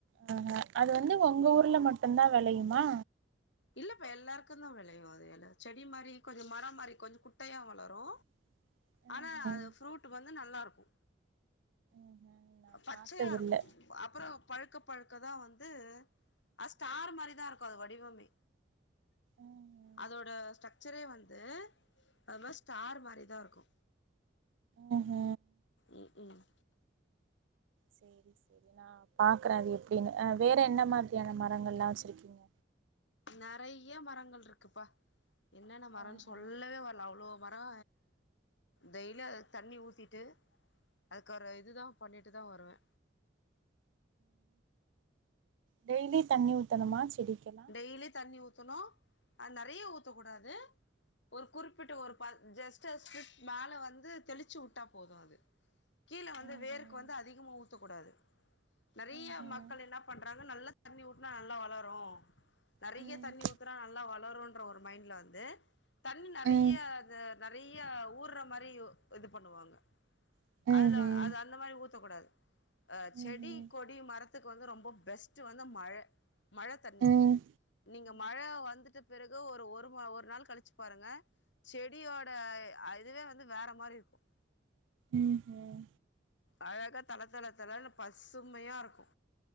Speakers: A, on the right; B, on the left.
A: ஆ அது வந்து உங்க ஊர்ல மட்டுதா வெளையுமா
B: இல்லப்ப எல்லாருக்கு தா விளயு அது எல்லா செடி மாரி கொஞ்சோ மரோ மாரி கொஞ் குட்டையா வளரு
A: <inaudible>
B: ஆனா
A: ம்ஹும்
B: அது ஃப்ரூட் வந்து நல்லா இருக்கு
A: ம்ஹும் நான்
B: பச்சயா
A: பாத்ததில்ல
B: இருக்கு அப்பறோ பழுக்க பழுக்கதா வந்து அ ஸ்டார் மாரிதா இருக்கு அது வடிவமே
A: ம்ஹும்
B: அதோட ஸ்ட்ரக்சரே வந்து அது மாரி ஸ்டார் மாரி தா இருக்கு
A: உ ஹூ
B: உம் உம்
A: சரி சரி நா பாக்குறே அது எப்டின்னு வேற என்ன மாதிரியான மரங்களா வச்சிருக்கீங்க
B: நிறைய மரங்கள் இருக்குப்பா என்னென்ன மரம்னு
A: ஆஹ
B: சொல்லவே வேணா அவ்ளோ மரோ டெய்லி அத தண்ணி ஊத்திட்டு அதுக்கு ஒரு இதுதா பண்ணிட்டு தா வருவே
A: டெய்லி தண்ணி ஊத்தணுமா செடிக்கெலா
B: டெய்லி தண்ணி ஊத்தனு அது நிறைய ஊத்தக்கூடாது ஒரு குறிப்பிட்ட ஒரு பட் ஜெஸ்ட் மேல வந்து தெளிச்சு உட்டா போது அது கீழ வந்து
A: ம்
B: வேருக்கு
A: ம்
B: வந்து அதிகமாக ஊத்தகூடாது நேறைய
A: ம்ஹும்
B: மக்கள் என்ன பண்றாங்க நல்லா தண்ணி ஊத்துனா நல்லா வளரு நிறைய
A: ம்ஹும்
B: தண்ணி ஊத்துனா நல்லா வளரும்ன்ற ஒரு மைண்ட்ல வந்து தண்ணி நிறைய
A: ம்
B: அ நிறைய ஊர்ற மாதிரி இது பண்ணுவாங்க
A: ம்
B: அதுல
A: ம்ஹும்
B: அது அந்த மாரி ஊத்தகூடாது அ
A: ம்ஹும்
B: செடி கொடி மரத்து க்கு வந்து ரொம்ப பெஸ்ட் வந்து மழ மழ தண்ணி
A: உ
B: நீங்க மழ வந்துட்டு பிறகு ஒரு ஒரு வா ஒரு நாள் கழிச்சு பாருங்க செடியோட அதுவே வந் ந்து வேற மாரி இருக்கு
A: ம்ஹும்
B: அழகா தள தள தளனு பசுமையா இருக்கு